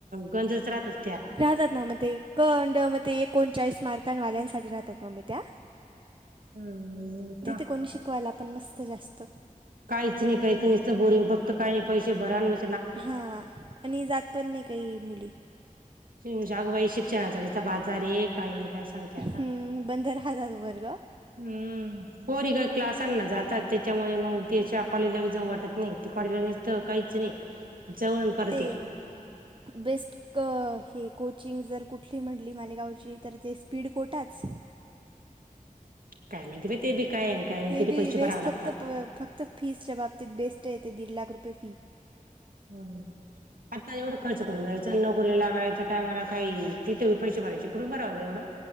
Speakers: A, on the right; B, on the right.
A: गजस राहत अस
B: राहतात ना मग ते कंड मग ते एकोणचाळीस मार्कांवाल्यांसाठी राहतात मग मी त्या
A: हम्म का
B: तिथे कोणी शिकवायला आपण मसतं जास्त
A: काहीच नाही काहीच नाहीसत बोरिंग फक्त काही नाही पैसे भराय नाही
B: हा आणि जात पण नाही काही मुली
A: अगं बाई शिक्षणाचा बाजार ये काही नाही काय सांगतात.
B: हम्म, बंद राहतात वर्ग.
A: हम्म, पोरी ग क्लासांना जातात तिच्यामुळे मग ते
B: हां
A: शा कॉलेजला बी जाऊ वाटत नाही ते कॉलेजला निसतं काहीच नाही. जाऊन परत
B: ते
A: या.
B: बेस्ट. कअ हे कोचिंग जर कुठली म्हटली मालेगावची तर ते स्पीड कोठाच.
A: काय मायती बाई ते, बी काय काय नाही
B: ते
A: किती
B: बी
A: पैसे
B: बेस्ट
A: भरावे लागतात
B: फक्त प फक्त फीसच्या बाबतीत बेस्ट ते दीड लाख रुपये फी.
A: हम्. आता एवढं खर्च करून जायच. नोकरीलागायच्या टामाला काही तिथं बी पैसे भरायचे कुढुन भरावं बाई एवढं.